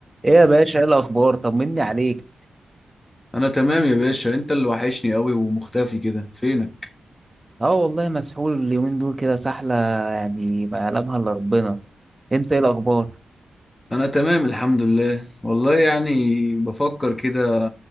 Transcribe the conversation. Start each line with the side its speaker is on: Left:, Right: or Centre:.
Right: ايه يا باشا ايه الاخبار طمني عليك
Left: انا تمام يا باشا انت اللي وحشني قوي ومختفي كده فينك
Right: اه والله مسحول اليومين دول كده سحله يعني ما يعلمها الا ربنا انت ايه الاخبار
Left: انا تمام الحمد لله والله يعني بفكر كده